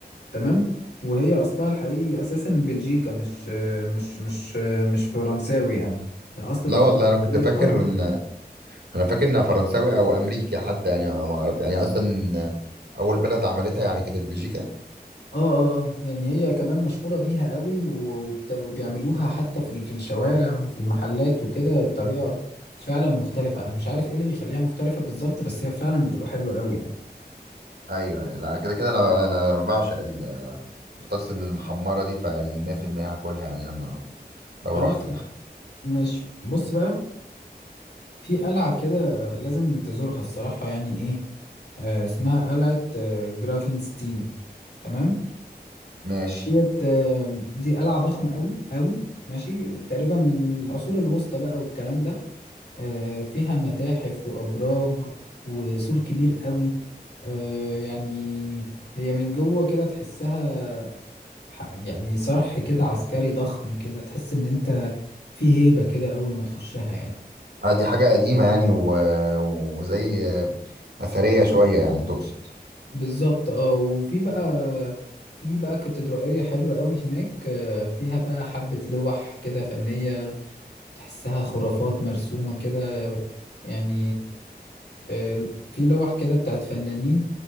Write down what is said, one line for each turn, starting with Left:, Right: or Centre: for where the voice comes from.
Left: تمام وهي اصلها الحقيقي اساسا بلجيكا مش مش مش مش فرنساوي يعني اصل بطاطس
Right: لا والله
Left: الإسبانية-
Right: انا كنت فاكر
Left: اه اه
Right: ان انا فاكر انها فرنساوي او امريكي حتى يعني ما ما أعرف- يعني اصلا آه، اول بلد عملتها يعني كانت بلجيكا
Left: اه اه اه يعني هي كمان مشهورة بيها قوي و- وبت- وبيعملوها حتى في ال- في الشوارع وفي المحلات وكده بطريقة فعلا مختلفة انا مش عارف ايه اللي بيخليها مختلفة بالظبط بس هي فعلا بتبقى حلوة قوي يعني
Right: ايوه لا كده كده انا انا بعشق البطاطس المحمرة دي فيعني 100% هاكلها يعني لما لو
Left: خلاص
Right: رحت يعني
Left: ماشي بص بقى في قلعة كده لازم تزورها الصراحة يعني ايه آه اسمها قلعة آه جرافنستين تمام
Right: ماشي
Left: ديت آه، دي قلعة ضخمة قوي قوي ماشي تقريبا من العصور الوسطى بقى والكلام ده آه، فيها متاحف وأبراج وسور كبير قوي آه، يعني هي من جوه كده تحسها ح- يعني صرح كده عسكري ضخم كده تحس إن أنت في هيبة كده أول ما تخشها يعني
Right: آه، دي حاجة قديمة يعني و... وزي آه، أثرية شوية يعني تقصد
Left: بالظبط اه وفي بقى في بقى كاتدرائية حلوة قوي هناك آه، فيها بقى حبة لوح كده فنية تحسها خرافات مرسومة كده يعني آه، في لوح كده بتاعت فنانين